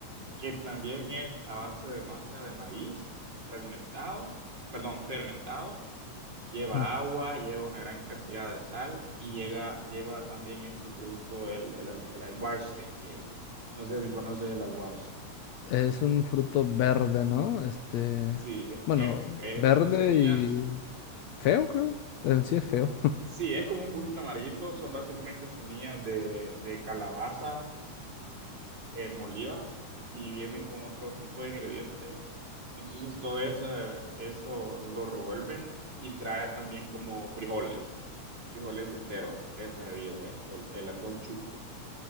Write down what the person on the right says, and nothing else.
que también es a base de masa de maíz fragmentado, perdón, fermentado. Lleva
agua, lleva una gran cantidad de sal y llega, lleva también este producto, el, el, al- el alguaste, que no sé si conoces el alguaste.
Sí, es,
es, es-
son semillas,
sí, es como un poquito amarguito, son básicamente semillas de, de calabaza eh, molida y vienen con otro tipo de ingredientes. Entonces todo eso, eso lo revuelven y trae también como frijoles, frijoles enteros, esa bebida, el, el, el atol chuco.